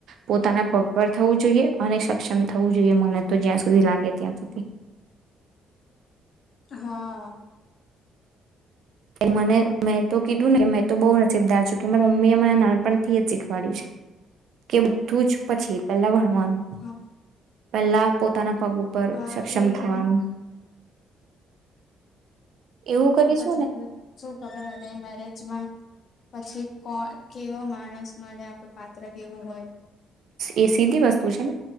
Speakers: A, on the right; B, on the left.
A: પોતાના પગભર થવું જોઈએ અને સક્ષમ થવું જોઈએ મને તો જ્યાં સુધી લાગે ત્યાં સુધી.
B: હા.
A: મને મેં તો કીધું ને મેં તો બો નસીબદાર છું મતલબ મમ્મી એ મને નાનપણ થી જ શીખવાડ્યું છે કે બધું જ પછી પેલ્લા હમ
B: હા
A: પેલા પોતાના પગ ઉપર
B: હા
A: સક્ષમ
B: એજ
A: થાવાનું
B: ને
A: એવું કરીશ.
B: ચાલે શું ખબર હતી મેરેજ પછી કો કેવો માણસ મળે? આપડ પાત્ર કેવું હોય?
A: એ સીધી વસ્તુ છે ને